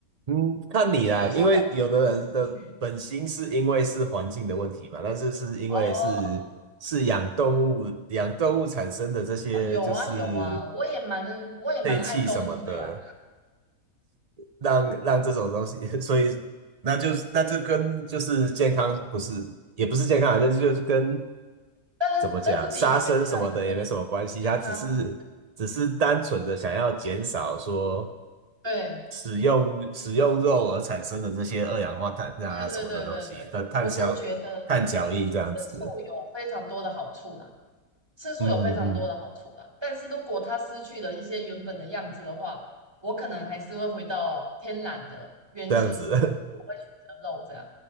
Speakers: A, on the right; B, on the right.
A: 嗯，看你啦，
B: 因为有时候感觉都会失去
A: 因为有的人的本心是因为是环境的问题嘛，但是是因为是是养动物，
B: 哦
A: 养动物产生的这些就是
B: 哦，有啊有啊，我也蛮我也蛮爱动物的呀，
A: 废气什么的，让让这种东西，<laughs> 所以那就是那就跟就是健康不是也不是健康啊，就是就是跟
B: 但是但是的确就像你说的，
A: 怎么讲杀生什么的也没什么关系，
B: 健康
A: 他只是只是单纯的想要减少说。
B: 对
A: 使用使用肉而产生的这些二氧化碳啊什么的东西的
B: 对对对对对对，
A: <laughs> 碳消碳脚印这样子，
B: 我是觉得吃素有非常多的好处啦。吃素有非常多的好处啦，
A: 嗯嗯嗯，
B: 但是如果它失去了一些原本的样子的话，我可能还是会回到天然的原型食物，
A: 这样子，
B: 我会选择肉这样，